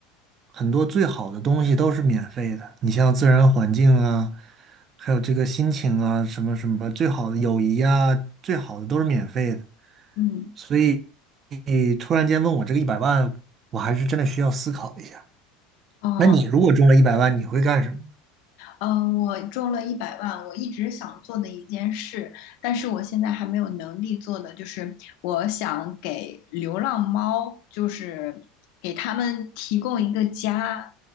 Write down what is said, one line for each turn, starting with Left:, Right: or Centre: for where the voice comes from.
Right: 很多最好的东西都是免费的。你像自然环境啊，还有这个心情啊，什么什么，最好的友谊啊，最好的都是免费的。
Left: 嗯，嗯
Right: 所以，你突然间问我这个一百万，我还是真的需要思考一下。
Left: 哦，
Right: 那你如果中了一百万，你会干什么？
Left: 嗯，我中了一百万，我一直想做的一件事，但是我现在还没有能力做的，就是我想给流浪猫，就是给他们提供一个家，